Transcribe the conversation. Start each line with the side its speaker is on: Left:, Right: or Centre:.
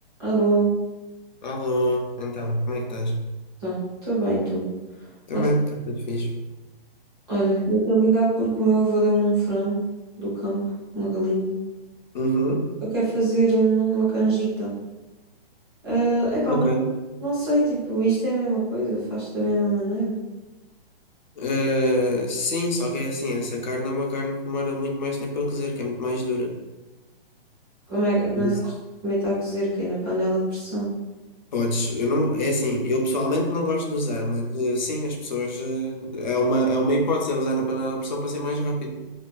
Right: Alô,
Left: Alô, então, como é que estás?
Right: então, estou bem, tu?
Left: Também,
Right: Pá, t-
Left: está tudo fixe.
Right: Olha, estou a ligar porque o meu avô deu-me um frango do campo, uma galinha.
Left: Uhum,
Right: Eu quero fazer hum, uma canjita. é epá,
Left: ok.
Right: mas não sei, tipo, isto é a mesma coisa, faz da mesma maneira.
Left: Eh, sim, só que é assim, essa carne é uma carne que demora muito mais tempo a cozer, que é muito mais dura.
Right: Como é, que-
Left: isso.
Right: mas acho que também está a cozer, que é na panela de pressão.
Left: Podes, eu não, é assim, eu pessoalmente não gosto de usar, mas eh, sim, as pessoas, eh, é uma, é uma hipótese, é usar na panela de pressão para ser mais rápido.